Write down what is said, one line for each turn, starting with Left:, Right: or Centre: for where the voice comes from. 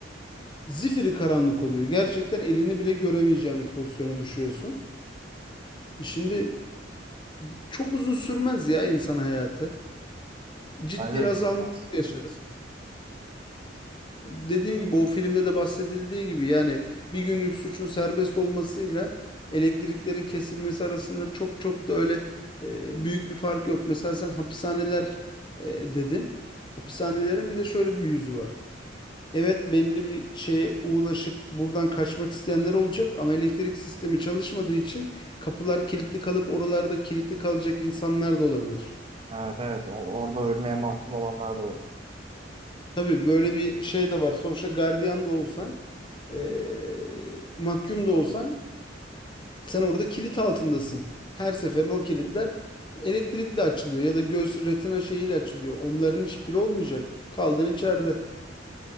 Left: Zifiri karanlık oluyor. Gerçekten elini bile göremeyeceğin bir pozisyona düşüyorsun. E Şimdi çok uzun sürmez ya insan hayatı. Ciddi
Right: Bence
Left: azalma
Right: de sürmez.
Left: yaşarız. Dediğim gibi o filmde de bahsedildiği gibi yani bir günlük suçun serbest olmasıyla elektriklerin kesilmesi arasında çok çok da öyle e, büyük bir fark yok. Mesela sen hapishaneler e, dedin. Hapishanelerin bir de şöyle bir yüzü var. Evet belli bir şeye ulaşıp buradan kaçmak isteyenler olacak ama elektrik sistemi çalışmadığı için kapılar kilitli kalıp oralarda kilitli kalacak insanlar da olabilir.
Right: Evet evet O- orada ölmeye mahkum olanlar da olacak.
Left: Tabii böyle bir şey de var. Sonuçta gardiyan da olsan, eee mahkum da olsan sen orada kilit altındasın. Her seferin o kilitler elektrikle açılıyor ya da göz retina şeyiyle açılıyor. Onların hiçbiri olmayacak. Kaldın içeride. <laughs>